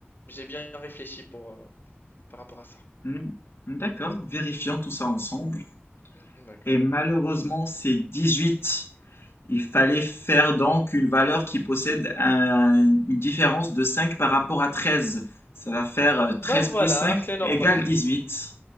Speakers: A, on the left; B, on the left.
A: j'ai bien réfléchi pour, heu, par rapport à ça.
B: Hmm, D'accord, vérifions tout ça ensemble.
A: Mmh, d'accord.
B: Et malheureusement, c'est 18. Il fallait faire donc une valeur qui possède un- une différence de 5 par rapport à 13. Ça va faire euh, 13
A: Bah, voilà,
B: plus 5
A: c'est normal.
B: égale huit